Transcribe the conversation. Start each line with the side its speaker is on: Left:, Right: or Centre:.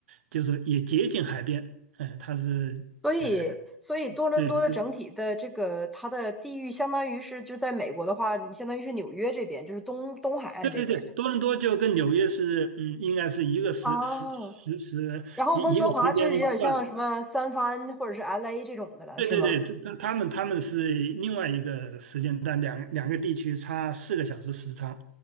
Right: 就是说也接近海边，嗯、它是呃
Centre: 所以所以多伦多的整体的这个它的地域相当于是就在美国的话，
Right: 对是。
Centre: 你相当于是纽约这边，就是东东海岸这边
Right: 对对对，多伦多就跟纽约是，嗯，应该是一个时时时时一一个时间段，
Centre: 啊。然后温哥华就有点像什么三藩或者是 LA 这种的了，
Right: 对对对，
Centre: 是吗？
Right: 他他他们他们是另外一个时间段，两两个地区差四个小时时差。